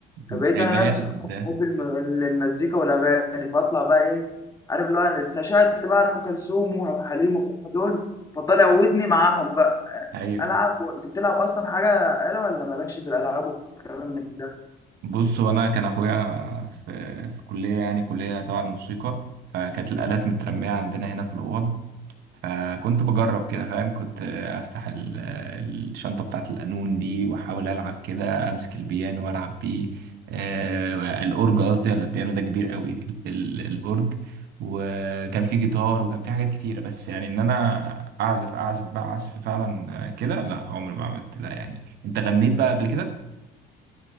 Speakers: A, on the left (about 20°); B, on the right (about 75°).
A: فبقيت
B: ده
A: انا
B: جامد
A: نفسي
B: ده
A: حب الم- المزيكا والاغاني فاطلع بقى ايه عارف اللي هو أنا اتنشأت بقى على ام كلثوم وعبد الحليم والجماعة دول فطلع ودني معاهم بقى
B: أيوة
A: العب و- انت بتلعب اصلا حاجه آلة ولا مالكش في الالعاب والكلام من ده
B: بص وأنا كان أخويا في في كلية يعني كلية طبعا موسيقى فكانت الآلات مترمية عندنا هنا في الأوض فكنت بجرب كده فاهم كنت افتح ال- الشنطة بتاعت القانون دي واحاول العب كده امسك البيانو والعب بيه آه، الاورج قصدي ولا البيانو ده كبير قوي ال- ال- الاورج وكان في جيتار وكان في حاجات كتيرة بس يعني ان انا اعزف اعزف بقى عزف فعلا آه، كده لا عمري ما عملت لا يعني انت غنيت بقى قبل كده